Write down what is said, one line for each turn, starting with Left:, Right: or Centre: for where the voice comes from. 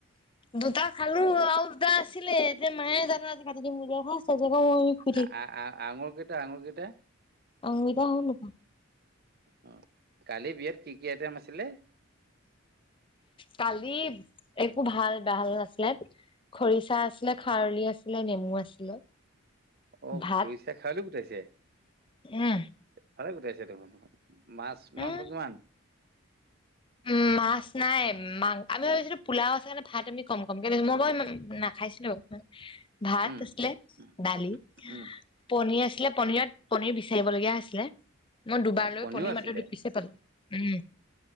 Left: দুটা খালোঁ আৰু দুটা আছিলে এতিয়া মায়ে জানে আজি কাটি দিম বুলি কৈ <unintelligible>
Right: আ‌‌ - আ -আ- আ আঙুৰ কেইটা -আঙুৰ কেইটা
Left: আঙুলিকেইটা হ'ল দেখোন।
Right: উম, কালি বিয়াত কি -কি আইটেম আছিলে?
Left: কালি একো ভাল ঢাল নাছিলে। খৰিচা আছিলে, খাৰলি আছিলে, নেমু আছিলে।
Right: অ,
Left: ভাত
Right: খুৰিচা খাৰলি গোটাইছে?
Left: উম।
Right: ভাল গোটাইছে দেখোন মাছ, মাংস
Left: উম।
Right: কিমান?
Left: উম, মাছ নাই মাং আমি ভাবিছিলোঁ পোলাও আছে কাৰণে ভাত আমি কম কম কে লৈছোঁ <unintelligible> নাখাইছিলো ভাত
Right: উম
Left: আছিলে
Right: উম
Left: দালি
Right: উম
Left: পনীৰ আছিলে পনীৰত‌ পনীৰ বিচাৰিব লগীয়া হৈছিলে মই দুবাৰ
Right: অ'
Left: লৈ
Right: পনীৰো
Left: পনীৰ
Right: আছিলে
Left: মাত্ৰ দুই পিচ হে পালোঁ উম।